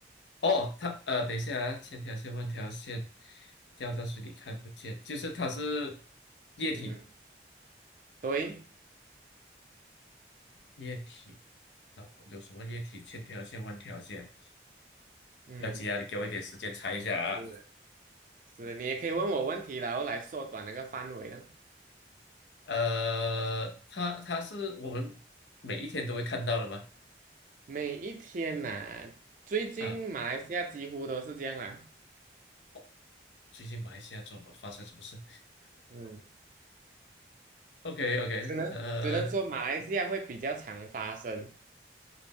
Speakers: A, on the left; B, on the right.
A: 哦，它呃，等一下啊，千条线万条线掉到水里看不见，就是它是液体，
B: 嗯，对，
A: 液体。然后有什么液体？千条线万条线，
B: 嗯，
A: 不要急啊，你给我一点时间猜一下啊。
B: 是是，你也可以问我问题，然后来缩短那个范围呢。
A: 呃，它它是我们每一天都会看到的吗？
B: 每一天呐、最近马来西亚几乎都是这样啦，
A: 啊，哦最近马来西亚怎么发生什么事
B: 嗯，
A: <laughs>？OK OK，
B: 只能只能说马来西亚会比较常发生，
A: 呃，